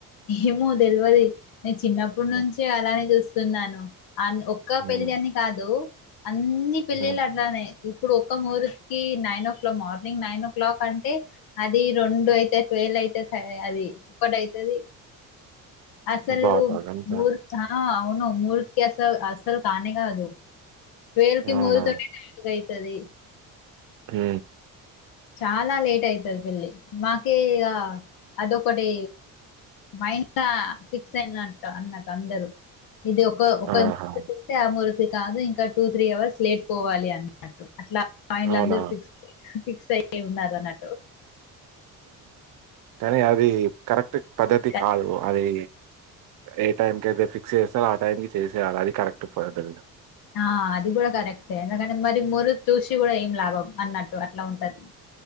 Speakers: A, on the left; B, on the right.
A: ఏమో తెల్వది నేన్ చిన్నప్పట్
B: హ్మ్.
A: నుంచే అలానే చూస్ స్తున్నాను. అన్ ఒక్క
B: హ్మ్.
A: పెళ్ళి అని కాదు అన్ని పెళ్ళిళ్ళ
B: హ్మ్.
A: అట్లానే ఇప్పుడు ఒక్క ముహూర్కి nine o'clock morning nine o'clock అంటే అది రొండు అయిత ట్వల్ అయిత అది ఒకటైతది అసలు
B: బాబా! గంతా
A: ముహూర్ ఆ అవును ముహుర్కి అసల్ అసలు కానే కాదు ట్వల్కి
B: అవునా?
A: ముహుర్ సరే
B: హ్
A: చాలా లేట్ అయితది పెళ్లి మాకే ఇగ అదొకటే మైన్ లా ఫిక్స్ అయిన్లంట అన్నకు అందరు ఇది ఒక ఒక
B: ఆహా!
A: <inaudible> అది కాదు ఇంకా టూ త్రీ అవర్స్ లేట్ పోవాలి అన్నట్టు అట్లా మైండ్ల
B: అవునా?
A: అందరు ఫిక్స్ అయ్యి ఉన్నారు అన్నట్టు
B: కానీ అది కరెక్ట్ పద్ధతి
A: కరెక్ట్.
B: కాదు. అది ఏ టైమ్కి అయితే ఫిక్స్ చేస్తారో ఆ టైంకి చేసేయాల అది కరెక్ట్ పద్ధతి
A: ఆ అది గుడా కరె క్టే ఎందుకంటే మరి మురు చూసి గుడా ఏం లాభం అన్నట్టు అట్లా ఉంటది